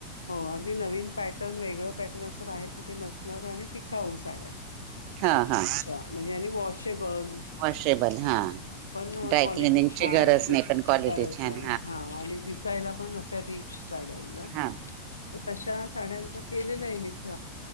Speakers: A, on the left (about 80°); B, on the right (about 45°).
A: हो अगदी नवीन पॅटर्न वेगळं पॅटर्न असं बाहेर कुठे नसणार आणि टिकाऊ साड्या
B: हा हा
A: अच्छा म्हणजे आणि वॉशेबल
B: वॉशेबल हा
A: पण
B: ड्रायक्लिनिंगची
A: क्वालिटी छान
B: गरज नाही पण क्वालिटी
A: गरज
B: छान
A: नाही हा आणि दिसायला पण अस तरीच जाड एकदम
B: हा
A: तर तशा साड्यांचं केलेलं आहे मीथ